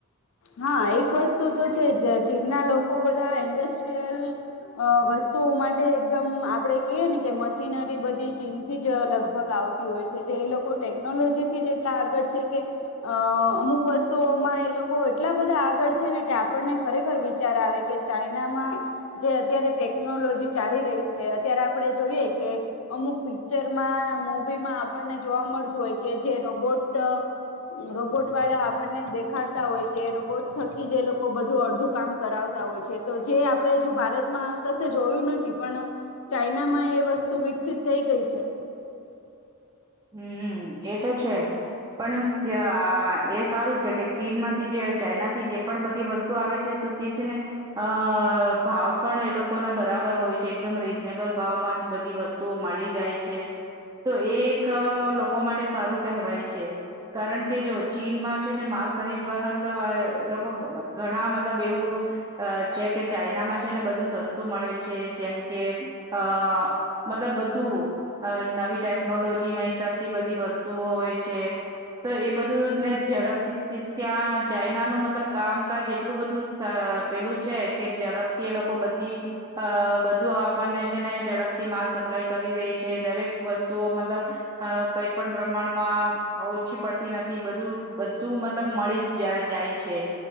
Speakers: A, on the left; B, on the right.
A: હા, એક વસ્તુ તો છે જ ચીનના લોકો બધા ઇન્ડસ્ટ્રીયલ અ વસ્તુઓ માટે એકદમ આપડે કીએ ને કે મશીનરી બધી ચીનથી જ લગભગ આવ તી હોય છે જો એ લોકો ટેકનોલોજી થી જેટલા આગળ છે કે અ અમુક વસ્તુઓમાં એ લોકો એટલા બધા આગળ છે ને કે આપણને ખરેખર વિચાર આવે કે ચાઈનામાં જે અત્યારે ટેકનો લોજી ચાલી રહી છે અત્યારે આપણે જોઈએ કે અમુક પિક્ચરમાં મુવીમાં આપણને જોવા મળતું હોય કે જે રોબોટ રોબોટ વાળા આપણને દેખાડતા હોય કે રોબોટ થકી જે લોકો બધું અડધું કામ કરાવતા હોય છે તો જે આપણેે જો ભારતમાં કશે જોયું નથી પણ ચાઈનામાં એ વસ્તુ વિકસિત થઈ ગઈ છે.
B: હમ્મ, એ તો છે પણ આ એ સારું છે કે ચીન માંથી જે ચાઈના થી જે પણ બધી વસ્તુ આવે છે તે છે ને અ ભાવ પણ એ લોકોના બરાબર હોય છે એકદમ રીઝનેબલ ભાવ માં જ બધી વસ્ત તુઓ મળી જાય છે તો એ લોકો માટે સારું કવાય છે. કારણ કે જો ચીનમાં છે ને માલ ખરીદવાના મતલબ અ લોકો ઘણા મતલબ એવું અ છે કે ચાઈનામાં છે ને બધું સસ્તું મળે છે જેમ કે અ મતલબ બધું નવી ટેકનોલો જી ના હિસાબ થી બધી વસ્તુઓ હોય છે તો એ બધું ને ઝડપથી તયાં ચાયનાનું મતલબ કામકાજ એટલું બધું પેલું છે કે ઝડપથી એ લોકો બધી અ બધું આપણને છે ને ઝડપથી મા સપ્લાય કરી દે છે દરેક વસ્તુઓ મતલબ અ કઈ પણ પ્રમાણમાં ઓછી પડતી નથી, બધું બધું મતલબ મળી જ જાય જાય છે